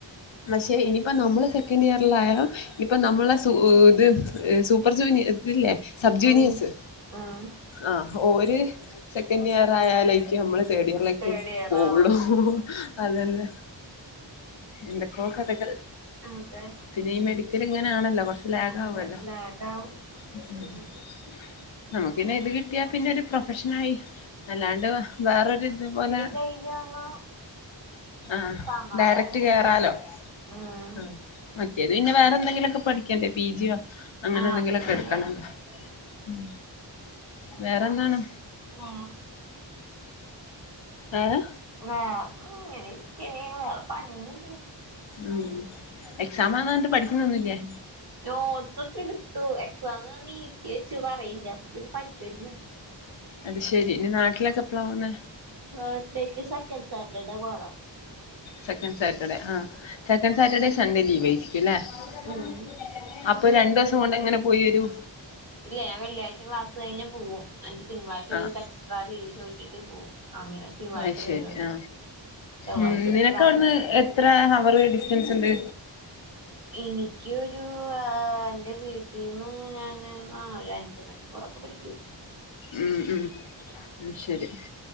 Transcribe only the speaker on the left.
പക്ഷെ ഇനിയിപ്പ നമ്മള് സെക്കൻഡ് ഇയറിലായാൽ ഇപ്പൊ നമ്മള സൂ--ത് സൂപ്പർ ജൂനിയർ ഇതില്ലേ സബ്ജൂനിയേഴ്‌സ്
ആഹ് ഓര് സെക്കന്റ് ഇയർ ആയാലായ്ക്കും അമ്മള് തേർഡ് ഇയറിലേക്ക്
പോവൊള്ളൂ
<unintelligible> അതല്ലേ എന്തൊക്കോ കഥകൾ
പിന്നെ ഈ മെഡിക്കല് ഇങ്ങനാണല്ലാ കൊർച് ലാഗാവല്ലോ
<unintelligible>
നമുക്ക്‌ പിന്നെ ഇത് കിട്ടിയാ പിന്നെ ഒരു പ്രൊഫഷൻ ആയി അല്ലാണ്ട് വേറൊരു ഇതുപോലെ
ആഹ്
ഡയറക്റ്റ് കേറാലോ.
ആഹ് മറ്റേത് പിന്നെ വേറെന്തെങ്കിലൊക്കെ പഠിക്കണ്ടേ പിജിയോ അങ്ങനെ
എന്തെങ്കിലും
ഒക്കെ
എടുക്കണല്ലോ ഉം വേറെന്താണ്?
ഏഹ്
ഉം എക്സാം ആന്ന് പറഞ്ഞിട്ട് പഠിക്കുന്നൊന്നും ഇല്ലേ
അത് ശെരി ഇനി നാട്ടിലൊക്കെ എപ്പാളാ പോന്നേ
സെക്കൻഡ് സാറ്റർഡേ ആഹ് സെക്കൻഡ് സാറ്റർഡേയും സൺഡേ ലീവ് ആയി <unintelligible>
അപ്പൊ രണ്ട് ദെവസം കൊണ്ട് എങ്ങനെ പോയി വരും?
ആഹ്
അയ്ശെരി
ആ
ഉം
നിനക്ക്
അവ്ടന്ന്
എ ത്ര ഹവറ് ഡിസ്റ്റൻസ് ഇണ്ട്
ഉം ഉം അയ് ശെരി